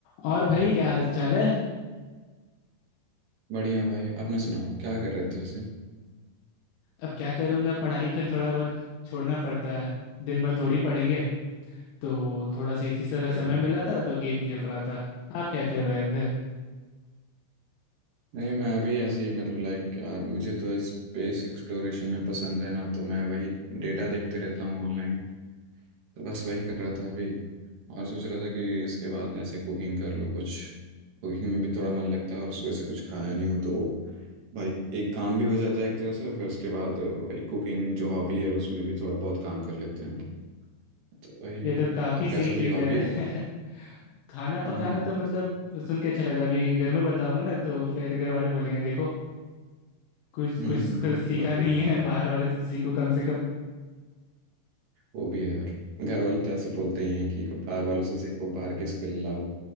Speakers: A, on the left; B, on the right.
A: और भाई क्या हाल चाल है
B: बढ़िया भाई अपना सुनाओ क्या कर रहे थे उसे
A: अब क्या करूँगा पढ़ाई को थोड़ा बहुत छोड़ना पड़ता है दिन भर थोड़ी पढ़ेंगे तो थोड़ा सा इसी तरह
B: बढ़िया
A: समय मिला था तो गेम खेल रहा था आप क्या कर रहे थे
B: नहीं मैं अभी ऐसे ही मतलब लाइक यार मुझे तो स्पेस एक्सप्लोरेशन में पसंद है ना तो मैं वही डेटा देखते रहता हूँ ऑनलाइन तो बस वही कर रहा था अभी और सोच रहा था कि इसके बाद ऐसे कुकिंग कर लो कुछ कुकिंग में भी थोड़ा मन लगता है और सुबह से कुछ खाया नहीं हूँ तो भाई एक काम भी हो जाता है एक तरह से फिर उसके बाद वही कुकिंग जो हॉबी है उसमें भी थोड़ा बहुत काम कर लेते हैं हम लोग। तो वही है
A: ये तो काफ़ी
B: आपका
A: सही
B: ऐसा
A: चीज़
B: कोई हॉबी
A: है
B: है
A: <laughs> खाना पकाना
B: हम्म
A: तो मतलब सुन के अच्छा लगा अभी घर में बताऊंगा ना तो फिर घर वाले बोलेंगे देखो कुछ
B: हम्म
A: कुछ
B: हम्म,
A: तो सीखा
B: वही
A: नहीं
B: है
A: है बाहर वाले से सीखो कम से कम
B: वो भी है यार घर वाले तो ऐसे बोलते ही हैं कि बाहर वालों से सीखो बाहर के स्किल लाओ